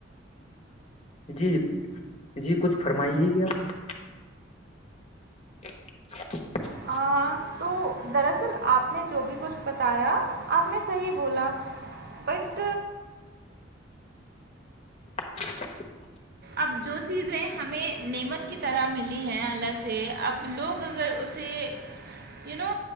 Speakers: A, on the left; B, on the right.
A: جی جی کچھ فرمائیے گی آپ <unintelligible>
B: ہ تو دراصل آپ نے جو بھی کچھ بتایا آپ نے صحیح بولا بٹ
A: <unintelligible>
B: اب جو چیزیں ہمیں نعمت کی طرح ملی ہیں اللہ سے اب لوگ اگر اسے یو نو